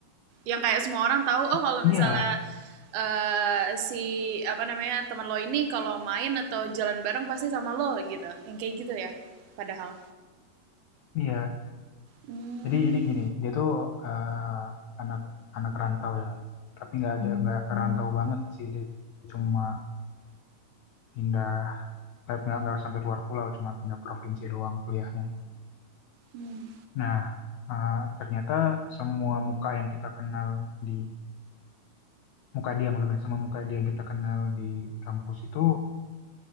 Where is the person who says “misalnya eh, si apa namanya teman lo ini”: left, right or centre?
Right